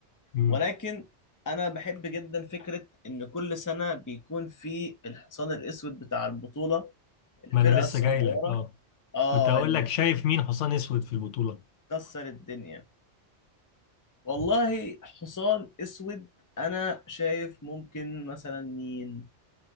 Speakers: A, on the left (about 85°); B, on the left (about 20°).
A: مم.
B: ولكن انا بحب جدا فكره ان كل سنه بيكون في الحصان الاسود بتاع البطوله الفرقه
A: ما انا لسه
B: الصغيره
A: جاي لك اه
B: اه
A: كنت هقول
B: اللي
A: لك شايف مين حصان اسود في البطولة
B: كسر الدنيا والله حصان اسود انا شايف ممكن مثلا مين